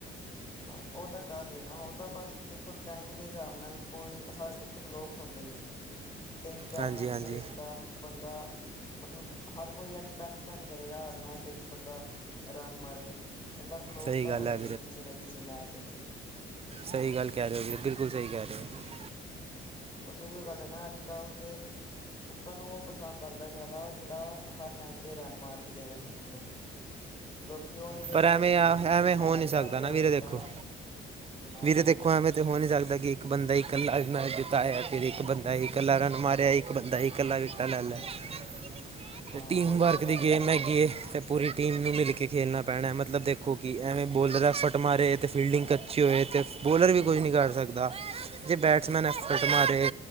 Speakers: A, on the left; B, on the right.
A: ਹਾਂ ਉਹ ਤਾਂ ਗੱਲ ਹੈ ਨਾ ਉਹ ਤਾਂ ਬਸ ਦੇਖੋ ਟਾਈਮ ਦੇ ਹਿਸਾਬ ਨਾਲ ਕੋਈ ਹਰ ਲੋਕ ਹੁੰਦੇ ਹੀ ਹੈ ਤਿੰਨ ਚਾਰ
B: ਹਾਂਜੀ
A: ਮੈਚ
B: ਹਾਂਜੀ
A: ਇਸਦਾ ਬੰਦਾ ਮਤਲਬ ਹਰ ਕੋਈ ਐਕਸਪੈਕਟ ਤਾਂ ਨਹੀਂ ਕਰੇਗਾ ਹਰ ਮੈਚ ਵਿੱਚ ਬੰਦਾ ਰਨ ਮਾਰੇ ਬੰਦਾ ਫਲੋਪ
B: ਸਹੀ
A: ਤਾਂ
B: ਗੱਲ
A: ਹੋਏਗਾ
B: ਹੈ
A: ਹੀ ਕਿਸੇ ਨਾ ਕਿਸੇ ਮੈਚ ਇਚ
B: ਸਈ ਗੱਲ ਕੈ ਰਏ ਓ ਜੀ, ਬਿਲਕੁਲ ਸਈ ਕੈ ਰਏ ਓ।
A: ਬਸ ਓਹੀੋਓ ਗੱਲ ਐ ਨਾ ਅੱਜ ਕੱਲ੍ਹ ਦੇਖ ਲੋਕਾਂ ਨੂੰ ਉਹ ਪਸੰਦ ਆਂਦਾ ਜ਼ਿਆਦਾ ਜੇੜਾ ਹਰ ਮੈਚ ਚ ਰਨ ਮਾਰ ਕੇ ਦੇਵੇ ਟੀਮ ਨੂੰ ਲੋਕੀ ਉਹ ਨਹੀਂ ਵੇਖਦੇ
B: ਪਰ ਐਵੇਂ
A: ਉਹਦੇ ਪਿੱਛੇ
B: ਆ
A: ਕਿੰਨੀ
B: ਐਵੇਂ
A: ਮਿਹਨਤ
B: ਹੋ ਨਹੀਂ ਸਕਦਾ
A: ਕਰ ਰਿਹਾ
B: ਨਾ
A: ਉਹ
B: ਵੀਰੇ
A: ਬੰਦਾ
B: ਦੇਖੋ
A: ਹਾਂ
B: ਵੀਰੇ ਦੇਖੋ ਐਵੇਂ ਤੇ ਹੋ ਨੀ ਸਕਦਾ ਕਿ <inaudible> ਇੱਕ ਬੰਦੇ ਹੀ ਇਕੱਲਾ ਮੈਂ ਜਿਤਾਇਆ ਫਿਰ ਇੱਕ ਬੰਦਾ ਹੀ ਇਕੱਲਾ ਰਨ ਮਾਰਿਆ ਇੱਕ ਬੰਦਾ ਹੀ ਇਕੱਲਾ ਵਿਟਾਂ ਲੈ ਲਿਆ।
A: ਹਾਂ
B: <inaudible> ਟੀਮ
A: ਉਹੀ
B: ਵਰਕ
A: ਤਾਂ ਗੱਲ
B: ਦੀ ਗੇਮ
A: ਹੈ ਨਾ
B: ਹੈਗੀ ਤੇ ਪੂਰੀ ਟੀਮ ਨੂੰ ਮਿਲ ਕੇ ਖੇਲਣਾ। ਭੈਣੇ ਮਤਲਬ ਦੇਖੋ ਕਿ ਐਵੇਂ ਬੋਲਰ ਹੈ ਫਟ ਮਾਰੇ ਤੇ ਫੀਲਡਿੰਗ ਕੱਚੀ ਹੋਏ ਤੇ ਬੋਲਰ ਵੀ ਕੁੱਝ ਨਹੀਂ ਕਰ ਸਕਦ ਦਾ <inaudible> ਜੇ ਬੈਟਸਮੈਨ ਐਕਸਫਰਟ ਮਾਰੇ